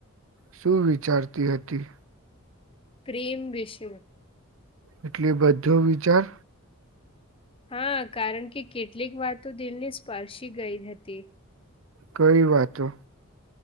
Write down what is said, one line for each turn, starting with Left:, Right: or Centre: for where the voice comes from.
Right: શું વિચારતી હતી?
Left: પ્રેમ વિશેમાં.
Right: એટલે બધો વિચાર
Left: હા કારણ કે કેટલીક વાતો દિલને સ્પર્શી ગઈ હતી.
Right: કઈ વાતો?